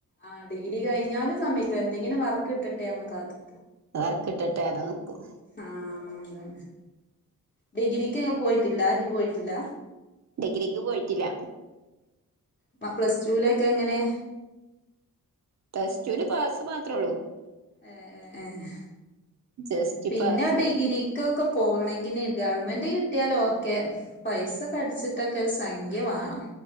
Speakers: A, on the left; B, on the right.
A: ആഹ് ഡിഗ്രി കഴിഞ്ഞാലും സമയിക്കും എന്തെങ്കിലും വർക്ക് കിട്ടെന്ന് കാത്തി
B: വർക്കിട്ടട്ടേ <unintelligible>
A: ആഹ് അത ഡിഗ്രിക്ക് ങ്ങൾ പോയിട്ടില്ല ഇജ് പോയിട്ടില്ല
B: ഡിഗ്രിക്ക് പോയിട്ടില്ല
A: പ്പ പ്ലസ് ടുലേക്ക് എങ്ങനെയാ
B: പ്ലസ് ടുന് പാസ്സ് മാത്രേ ഒള്ളു
A: ഏ ഏ ഏഹ്
B: ജസ്റ്റ്
A: പിന്നെ
B: പാസ്
A: ഡിഗ്രി ക്കൊക്കെ പോകണെങ്കി കിനെ ഗവൺമെൻറ് കിട്ടിയാൽ ഓകെ പൈസ കടിച്ചിട്ടൊക്കെ ഒരു സംഖ്യ വാണം